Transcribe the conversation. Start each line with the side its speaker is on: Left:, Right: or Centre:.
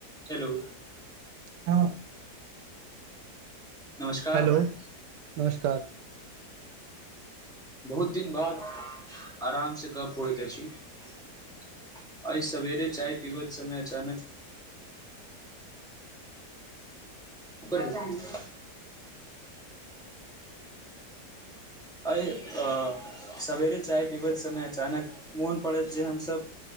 Centre: चलू
Right: हं
Centre: नमस्कार
Right: हेलो
Centre: भाइ
Right: नमस्कार
Centre: बहुत दिन बाद आरामसँ गप्प होइत अछि एहि सवेरे चाय पीबैत समय अचानक उपर जाय छी एहि सवेरे चाय पीबैत समय अचानक मोन पड़त जे हमसभ